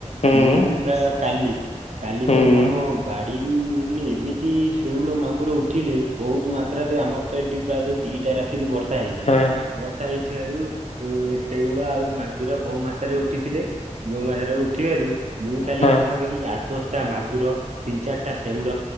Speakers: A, on the left; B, on the right.
A: ହୁଁ
B: ମୁଁ ବି ପ୍ରାୟ କାଲି କାଲି
A: ହୁଁ
B: ତ ମୁଁ ଆମ ବାଡିରୁ ଏମିତି ସେଉଳ, ମାଗୁର ଉଠିଲେ ବହୁତ ମାତ୍ରାରେ ଆମର ତ ଏଠି ପ୍ରାୟତଃ ଦିଟା ରାତିରୁ ବର୍ଷା ହେଇଛି
A: ହଁ
B: ବର୍ଷା ହେଇଥିବାରୁ ଉ ଶେଉଳ ଆଉ ମାଗୁର ବୋଉ ମାତ୍ରାରେ ଉଠିଥିଲେ, ବୋଉ ମାତାରେ ଉ ଥିବାରୁ ମୁଁ କାଲି
A: ହଁ
B: ପାଖାପାଖି ଆଠ ଦଶଟା ମାଗୁର ତିନି ଚାରିଟା ଶେଉଳ